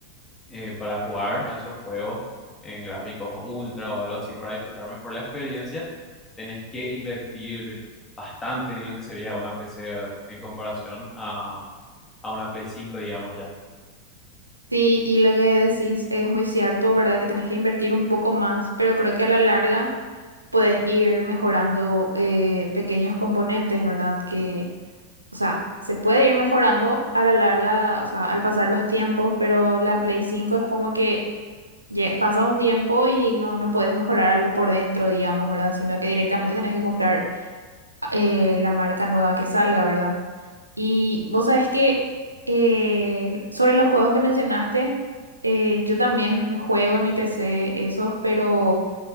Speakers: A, on the left; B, on the right.
A: eh, para jugar a esos juegos en gráficos ultra o algo así, para disfrutar mejor la experiencia, tenés que invertir bastante en lo que sería una PC, ¿verdad? En comparación a, a una Play cinco digamos ya.
B: Sí, y lo que decís es muy cierto, ¿verdad? Que tenés que invertir un poco más, pero creo que a la larga puedes ir mejorando eh, pequeños componentes, ¿verdad? Que, o sea, se puede ir mejorando a la larga, o sea, al pasar los tiempos, pero la Play cinco es como que Ye- pasa un tiempo y no, no podés mejorar algo por dentro, digamos, ¿verdad? Sino que directamente tenés que comprar eh, la marca nueva que salga, ¿verdad? Y vos sabés que eh, sobre los juegos que mencionaste, eh, yo también juego en mi PC esos, pero